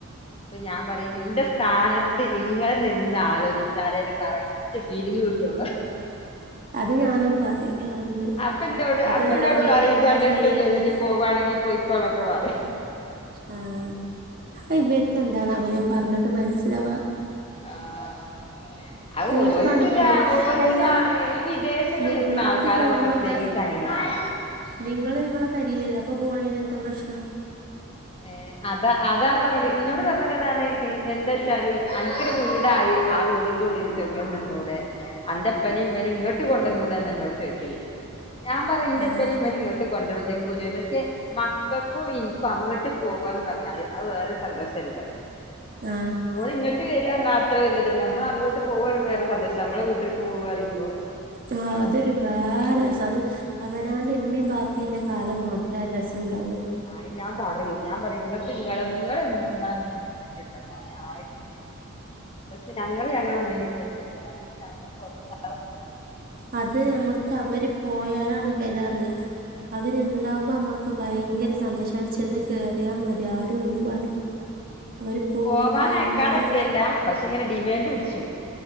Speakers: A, on the left; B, on the right.
A: അപ്പൊ ഞാൻ പറയും എന്റെ സ്ഥാനത്ത് ഇങ്ങള് നിന്ന് ആലോചിച്ചാലേ കറക്റ്റ് ഫീലിംഗ് കിട്ടുള്ളൂ
B: അത് ഞാനും പറയും പറയാറുണ്ട്
A: അപ്പൻന്റോട്
B: അപ്പൊ
A: അപ്പന്റോട്
B: എന്നോട്
A: പറയും
B: എത്താ
A: ജ് അന്റെ
B: ഫീലിങ്
A: ഇഷ്ടം ചെയ്തി പോകുകയാണെങ്കിൽ പോയ്ക്കോന്നൊക്കെ പറയും
B: ആഹ് ഇവർക്ക് എന്താണ് അവന പറഞ്ഞിട്ട് മനസ്സിലാവാ
A: ആഹ് അഹ്
B: ഓൽക്കാണ്ട്പ്പോ
A: ഓൽക്കുക ഓൽക്കതാണ്
B: അല്ല
A: ഈ വിദേശ ത്ത്
B: നിങ്ങൾക്ക്
A: നിൽക്കുന്ന ആൾക്കാര
B: പോണീന്
A: പ്രത്യേകിച്ച
B: എന്താ
A: അങ്ങനാണ്
B: നിങ്ങള് നിങ്ങളെ പെരിലല്ലെ അപ്പ പോണന് എന്താ പ്രശ്നം
A: ഏ അതാ അതാണ് പറഞ്ഞത് ഇന്നോട് പറഞ്ഞത് ഏതാണ് എന്താ വച്ചാൽ അനക്കൊരു വീടായി ആ വീടിന്റെ ഉള്ളിൽ ചഖം നിന്നൂടെ അന്റെപ്പനേ ഇമ്മനി ഇങ്ങോട്ട് കൊണ്ടുവന്നൂടെ എന്ന എന്നോട് ചോദിക്കല് ഞാൻ പറഞ്ഞു എന്റെപ്പനേ
B: ആഹ്
A: ഇമ്മ നേഇങ്ങോട്ട് കൊണ്ടോന്ന് നിൽക്കുവ ചെയ്യും പക്ഷെ മക്കൾക്കും ഇനിക്കും അങ്ങോട്ട് പോവാന്ന് പറഞ്ഞാല് അത് വേറെ ഒരു സന്തോഷല്ലെ
B: ആഹ്
A: ഓര് ഇങ്ങിട്ട് വരി അത്ര വന്നെ നമ്മൾ അങ്ങോട്ട് പോകും വേറെ സന്തോഷം നമ്മള വീട്ടിലേക്ക് പോവന്ന് പറയുമ്പോ
B: ആ അതൊരു വേറെ രസാ അവനോന്റെ ഉമ്മീ ബാ പ്പല്ലെ കാലം മാത്രേ രസം ഉണ്ടാവുള്ളൂ
A: ആ ഞാൻ പറയും ഞാൻ പറയും നിങ്ങക്ക് ഇങ്ങളെ നിങ്ങളെ നിങ്ങളമ്മന്റെ <unintelligible> ആയിട്ട് നിൽക്കണം പക്ഷെ ഞങ്ങള് ഞങ്ങളെ ഉമ്മാന്റെയും ഉപ്പാന്റെയും എത്തരാ പക്ഷെ ഞങ്ങക്ക് കൊർച്ചു സം
B: അത് നമക്ക്
A: പറഞ്ഞാല്
B: അവര് പോയാലാണ് വില അറിയ അവരുണ്ടാവകുമ്പോ അമ്മക്ക് ഭയങ്കര സന്തോഷമാണ് ചെന്ന് കേറിയാൽ മതി ആരും ഒന്നും പറയൂല
A: ആഹ്
B: അവര് പോയി
A: പോവാൻ
B: കഴിഞ്ഞാല്
A: അയക്കാതെക്കെയല്ല പക്ഷെ ഇങ്ങനെ ഡിമാൻഡ് പുടിച്ചു പോവും